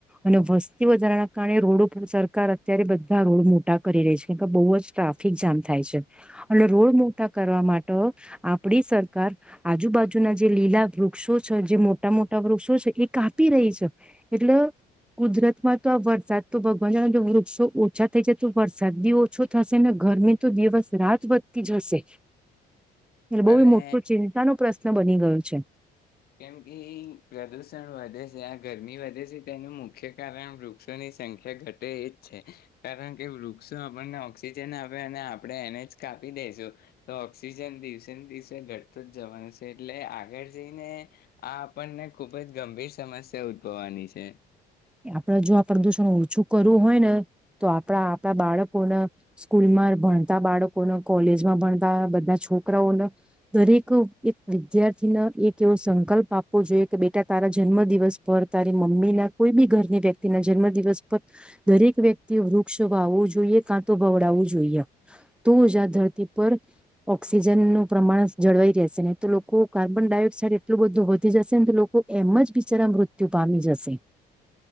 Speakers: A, in the centre; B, on the left.
A: અને વસ્તી વધારાના કારણે રોડો સરકાર અત્યારે બધા રોડ મોટા કરી રહી છે કાર કે બહુ જ ટ્રાફિક જામ થાય છે <unintelligible> રોડ મોટા કરવા માટ આપણી સરકાર આજુબાજુના જે લીલા વૃક્ષો છે જે મોટા મોટા વૃક્ષો છે એ કાપી રહી છે એટલે કુદરતમાં તો આ વરસાદ તો ભગવાન જ વૃક્ષો ઓછા થઈ જાય તો વરસાદ બી ઓછો થશે ને ગરમી તો દિવસ રાત વધતી જશે એટલે બહુ
B: અને
A: મોટું ચિંતાનો પશ્ન બની ગયું છે.
B: કેમ કે પ્રદુષણ વધે છે આ ગરમી વધે છે તેનું મુખ્ય કારણ વૃક્ષોની સંખ્યા ઘટે એ જ છે કારણ કે વૃક્ષો આપણને ઓક્સિજન આપે અને આપણે એને જ કાપી દઈશું તો ઓક્સિજન દિવસે ને દિવસે ઘટતું જ જવાનું છે એટલે આગળ જઈને આ આપણને ખુબ જ ગંભીર સમસ્યા ઉદભવવાની છે.
A: આપણે જો આ પ્રદુષણ ઓછું કરવું હોય ને તો આપણા આપણા બાળકોને સ્કૂલમાં ભણતા બાળકોને કોલેજમાં ભણતા બધા છોકરાઓને દરેક એક વિદ્યાર્થીને એક એવો સંકલ્પ આપવો જોઈએ કે બેટા તારા જન્મ દિવસ પર તારી મમ્મીના કોઈ બી ઘરની વ્યક્તિના જન્મ દિવસ પર દરેક વ્યક્તિ વૃક્ષ વાવવું જોઈએ કાં તો બવડાવવું જોઈએ તો જ આ ધરતી પર ઓક્સિજનનુંપ્રમાણ જળવાઈ રહેશે ને તો લોકો કાર્બન ડાયોક્સાઇડ એટલું બધું વધી જશેને તો લોકો એમ જ બિચારા મૃત્યુ પામી જશે